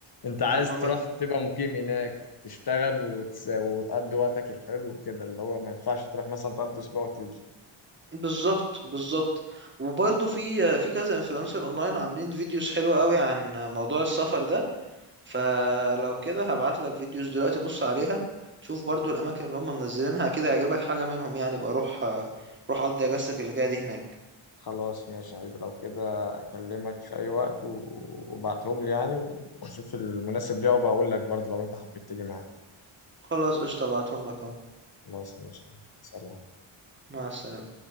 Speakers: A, on the left; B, on the right.
A: انت عايز
B: أما
A: تروح
B: ما
A: تبقى مقيم هناك تشتغل وتس... وتقضي وقتك الحلو كده اللي هو ما ينفعش تروح مثلا تقضي اسبوع وتيجي
B: بالظبط بالظبط وبرضه في في كذا انفلونسر اونلاين عاملين فيديوز حلوة قوي عن موضوع السفر ده فلو كده هبعت لك فيديوز دلوقتي بص عليها شوف برضو الاماكن اللي هم منزلينها كده يعجبك حاجه منهم يعني بقى روح روح اقضي اجازتك اللي جايه دي هناك
A: خلاص ماشي يا حبيبي لو كده اكلمك في اي وقت و- وابعتهم لي يعني واشوف المناسب ليا وبقول لك برضه لو انت حبيت تيجي معايا
B: خلاص قشطه هبعتهم لك اهو
A: خلاص ماشي يا حبيبي. سلام
B: مع السلامه